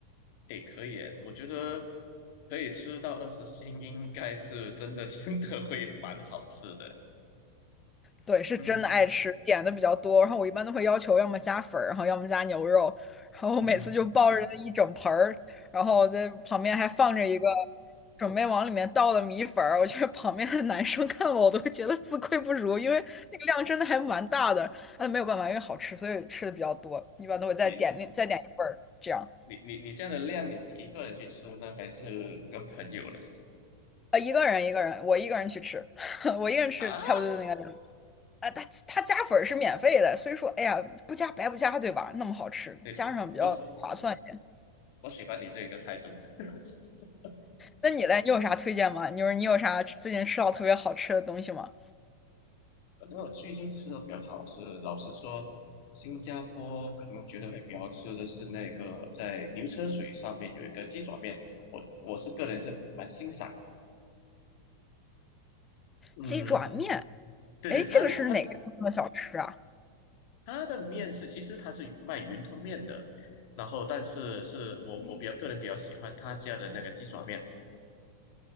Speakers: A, on the left; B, on the left.
A: 诶，可以耶，我觉得可以吃到二十星，应该是真的 <laughs> 真的会蛮好吃的。
B: 对，是真的爱吃，
A: 嗯
B: 点的比较多。然后我一般都会要求要么加粉儿，然后要么加牛肉。然后我每次就抱着那一整盆儿，
A: 嗯哼
B: 然后在旁边还放着一个准备往里面倒的米粉儿。我觉得旁边的男生看我，我都会觉得自愧不如，因为那个量真的还蛮大的。但没有办法，因为好吃，所以吃的比较多。一般都会再点另再点一份儿，
A: 你
B: 这样。
A: 你你你这样的量，你是一个人去吃呢，还是跟朋友呢？
B: 呃，一个人一个人，我一个人去吃，<laughs> 我一个人吃差不多就那个量。
A: 啊，
B: 啊，它它加粉儿是免费的，所以说，哎呀，不加白不加，对吧？那么好吃，
A: 对，
B: 加上比较划算一点。
A: 我喜我喜欢你这个态度。<laughs>
B: 那你嘞，你有啥推荐吗？你说你有啥最近吃到特别好吃的东西吗？
A: 可能我最近吃的比较好吃的老实说，新加坡可能我觉得会比较好吃的是那个在牛车水上面有一个鸡爪面，我我是个人是蛮欣赏的。
B: 鸡爪面，
A: 嗯，对对，
B: 哎，
A: 他他。
B: 这个是哪个地方的小吃啊？
A: 它的面是，其实它是卖云吞面的，然后但是是我我比较个人比较喜欢他家的那个鸡爪面